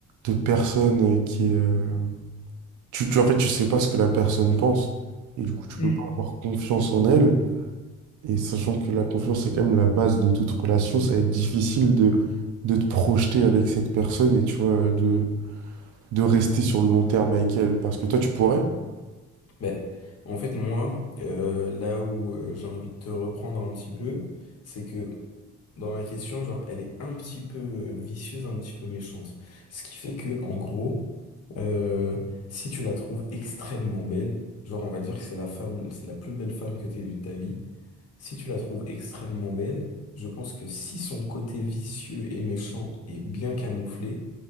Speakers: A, on the right (about 80°); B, on the left (about 55°).
A: de personne qui est... euh, tu, tu, en fait, tu sais pas ce que la personne pense. Et du coup, tu
B: Mm.
A: peux pas avoir confiance en elle. Et sachant que la confiance, c'est quand même la base de toute relation, ça va être difficile de, de te projeter avec cette personne et tu vois, de, de rester sur le long terme avec elle. Parce que toi, tu pourrais.
B: Ben, en fait, moi, euh, là où euh, j'ai envie de te reprendre un petit peu, c'est que dans ma question, genre, elle est un petit peu euh, vicieuse, un petit peu méchante. Ce qui fait que, en gros, euh, si tu la trouves extrêmement belle, genre, on va dire que c'est la femme, c'est la plus belle femme que t'aies vue de ta vie, Si tu la trouves extrêmement belle, je pense que si son côté vicieux et méchant est bien camouflé,